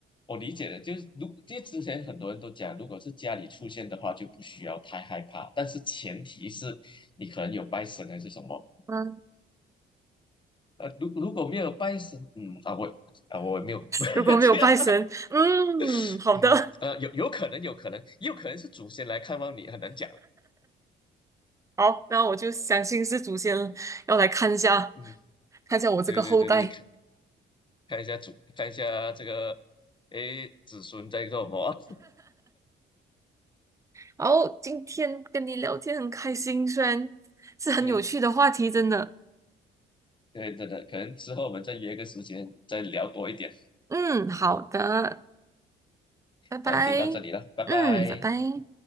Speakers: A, on the left (about 25°); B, on the right (about 15°).
A: 我理解的，就是如因为之前很多人都讲，如果是家里出现的话，就不需要太害怕，但是前提是你可能有拜神还是什么。
B: 嗯，
A: 呃，如如果没有拜神，嗯啊，我啊我没有 <laughs>
B: 如果没有拜神，
A: 这样，
B: 嗯，
A: <laughs>
B: 好的，
A: 嗯呃，有有可能有可能，也有可能是祖先来看望你，很难讲。
B: <laughs> 好，那我就相信是祖先要来看一下，
A: 嗯，
B: 看一下我这个后代。
A: 对对对对，看看一下祖，看一下这个，诶，子孙在做什么？
B: 然后今天跟你聊天很开心，虽然是很有趣的话题，
A: <laughs> 对
B: 真的。
A: 对，真的，可能之后我们再约个时间再聊多一点。
B: 嗯，好的，拜拜。
A: 好，今天到这里了，拜拜。
B: 嗯，拜拜。